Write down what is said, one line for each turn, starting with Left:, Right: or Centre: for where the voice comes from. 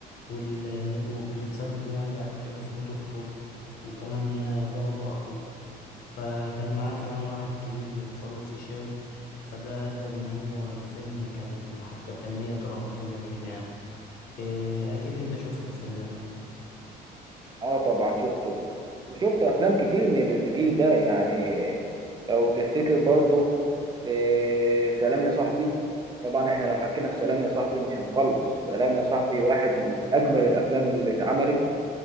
Left: وال... واللي تسببوا يعني بعد كده في موت أخته وكمان آه، ضربوا أخوه فكان معاه كمان واحد كبير زي فاروق الفيشاوي فده أدى إن هو الفيلم كان حبكة فنية درامية جميلة يعني إيه، أكيد أنت شفت الفيلم ده
Right: اه طبعا شفته وشفت افلام كتير من الجيل ده يعني لو تفتكر برضه إيه، سلام يا صاحبي طبعا احنا لو حكينا في سلام يا صاحبي مش هنخلص سلام يا صاحبي واحد من اجمل الافلام اللي اتعملت